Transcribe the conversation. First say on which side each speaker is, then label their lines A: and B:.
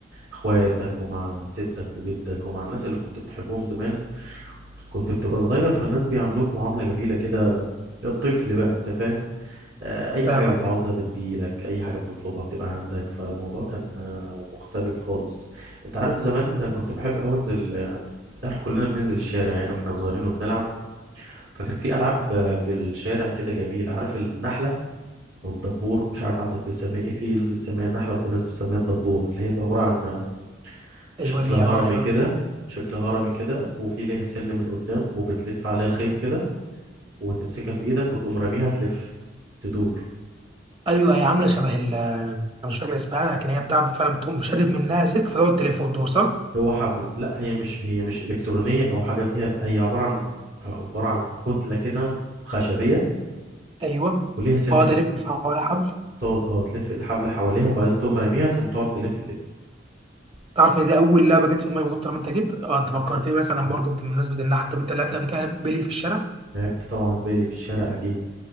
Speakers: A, on the right; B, on the right.
A: إخواتك ومع ستك وجدك ومع الناس اللي كنت بتحبهم زمان كنت بتبقى صغير فالناس بيعاملوك معاملة جميلة كده الطفل بقى أنت فاهم آه، أي
B: فاهمك
A: حاجة بتعوزها
B: ايوه
A: بتجيلك أي حاجة بتطلبها بتبقى عندك فالموضوع كان آه، مختلف خالص أنت عارف زمان كنت بحب أوي أنزل آه، أنت عارف كلنا بننزل الشارع يعني واحنا صغيرين وبنلعب فكان في ألعاب آه، في الشارع كده جميلة عارف النحلة او الدبور مش عارف عندك بتسميها ايه في ناس بتسميها النحله وفي ناس بتسميها الدبور اللي هي بقى عباره عن
B: ايوه
A: شكل
B: ليه
A: هرمي
B: يا عمران ايه بقى
A: كده شكل هرمي كده وفي ليها سن من قدام وبتلف عليها خيط كده وتمسكها في ايدك وتقوم راميها تلف تدور
B: ايوه أيوة، هي عامله شبه ال انا مش فاكر اسمها لكن هي بتاع فعلا بتقوم شادد منها سلك فتقعد تلف وتدور صح؟
A: هو حبل لا هي مش هي مش الكترونيه او حاجه فيها هي عباره عن عباره عن كتله كده خشبيه
B: ايوه
A: وليها سن
B: اقعد
A: من
B: الف
A: قدام
B: حوالي حبل
A: تقعد اه تلف الحبل حواليها وبعدين تقوم راميها تقوم تقعد تلف كده
B: تعرف ان دي اول لعبه جت في دماغي بالظبط لما انت جيت اه انت فكرتني مثلا برضو بمناسبه النحله طب انت لعبت قبل كده بيلي في الشارع؟
A: لعبت طبعا بالي في الشارع اكيد